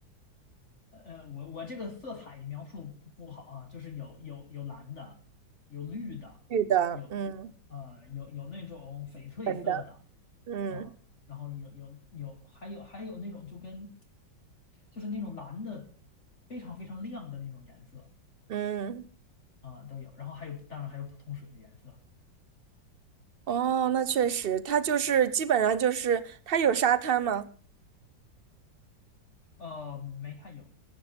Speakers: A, on the left (about 40°); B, on the right (about 60°).
A: 呃，我我这个色彩描述不不好啊，就是有有有蓝的，有绿的，
B: 绿的，
A: 有
B: 嗯，
A: 呃有有那种翡翠色的
B: 粉的，嗯
A: 啊，然后有有有还有还有那种就跟就是那种蓝的非常非常亮的那种颜色
B: 嗯，
A: 啊都有，然后还有当然还有普通水的颜色，
B: 哦，那确实，它就是基本上就是它有沙滩吗？
A: 呃，没太有。